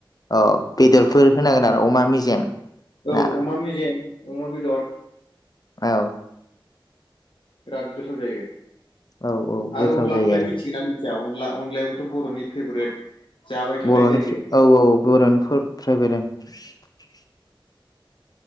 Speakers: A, on the left (about 45°); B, on the left (about 70°).
A: अ बेदरफोर होनांगोन आरो अमा मेजेम।
B: औ
A: ना
B: अमा मेजेम अमा बेदर।
A: औ।
B: बिराद गोथाव जायो।
A: औ औ गोथाव
B: आरो अनलाखौलाय
A: जायो आरो
B: मिथिगोना मिथिया अनला अनलायाबोथ' बर'नि फेभरेट। जाबाय थानाय
A: बर'नि
B: जायो
A: फ औ औ बर'नि फ फेभरेट ओं। <inaudible>